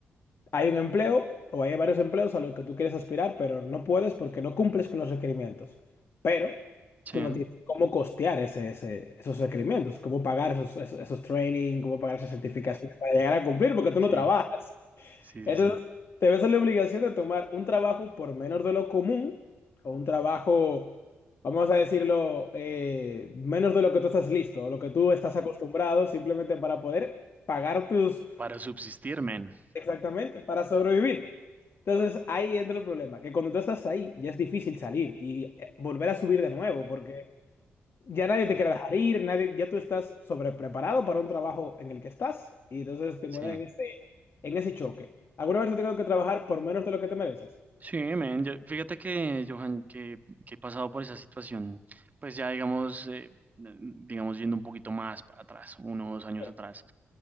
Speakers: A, on the left; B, on the right.
A: hay un empleo o hay varios empleos a los que tú quieres aspirar, pero no puedes porque no cumples con los requerimientos. Pero
B: sí,
A: tú no
B: ¿no?
A: tienes cómo costear ese, ese- esos requerimientos, cómo pagar esos, esos, esos training, cómo pagar esas certificaciones para llegar a cumplir porque tú
B: sí,
A: no trabajas.
B: sí, sí,
A: Entonces,
B: sí.
A: te ves en la obligación de tomar un trabajo por menos de lo común o un trabajo, vamos a decirlo, eh, menos de lo que tú estás listo, o lo que tú estás acostumbrado simplemente para poder pagar tus...
B: Para subsistir, men.
A: Exactamente, para sobrevivir. Entonces ahí entra el problema, que cuando tú estás ahí ya es difícil salir y eh, volver a subir de nuevo, porque ya nadie
B: Claro.
A: te quiere dejar ir, nadie, ya tú estás sobrepreparado para un trabajo en el que estás y entonces te
B: Sí,
A: encuentras en ese, en ese choque. ¿Alguna vez has tenido que trabajar por menos de lo que te mereces?
B: Sí, men, yo- fíjate que, Johan, que, que he pasado por esa situación, pues ya digamos, eh, digamos, yendo un poquito más para atrás, unos años
A: Pero,
B: atrás.